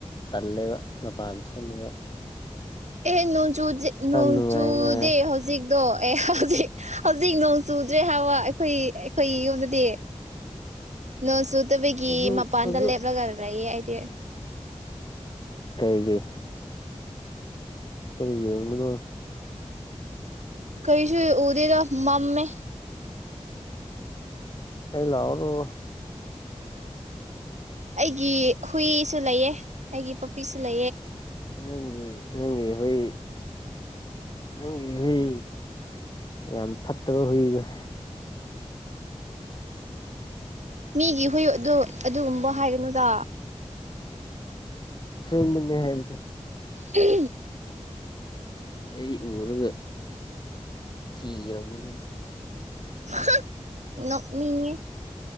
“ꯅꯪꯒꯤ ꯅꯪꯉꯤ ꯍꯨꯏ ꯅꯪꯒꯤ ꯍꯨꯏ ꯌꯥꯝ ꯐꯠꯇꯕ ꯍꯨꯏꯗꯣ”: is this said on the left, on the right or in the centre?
Left